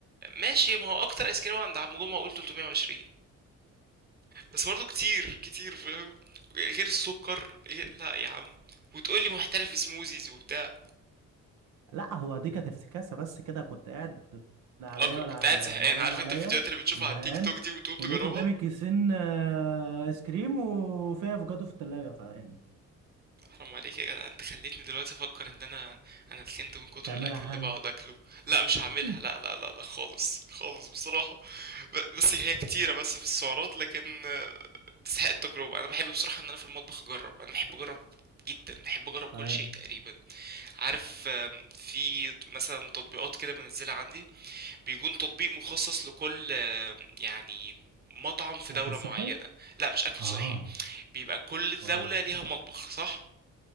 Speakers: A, on the right; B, on the right.
A: ماشي ما هو اكتر ايس كريمة عند عم جمعة قلت 320 بس برضه كتير كتير فاهم غير السكر غير- لا يا عم وتقول لي محترف سموزيز وبتاع
B: لا هو دي كانت افتكاسة بس كده كنت قاعد بت- لا عليا
A: اه كنت
B: ولا
A: كنت
B: ع-
A: قاعد زهقان
B: لا ميا
A: عارف
B: ولا عليا
A: انت الفيديوهات اللي بتشوفها
B: وزهقان
A: على التيك توك دي وتقوم تجربها
B: ولقيت قدامي كيسين آه، ايس كريم وفيها افوكادو في التلاجة فيعني
A: حرام عليك يا جدع انت خليتني دلوقتي افكر ان انا انا اتخنت من كتر
B: تعملها
A: الاكل
B: حالا
A: اللي بقعد اكله لا مش هعملها
B: مم.
A: لا لا لا لا خالص خالص بصراحة ب- بس هي كتيرة بس في السعرات لكن آه، تستحق التجربة انا بحب بصراحة ان انا في المطبخ اجرب انا بحب اجرب جدا بحب اجرب كل
B: طيب
A: شيء تقريبا عارف آم، في مثلا تطبيقات كده بنزلها عندي بيكون تطبيق مخصص لكل آم، يعني مطعم في دولة
B: اكل صحي
A: معينة لا مش اكل
B: اه
A: صحي بيبقى كل
B: واو
A: دولة ليها مطبخ صح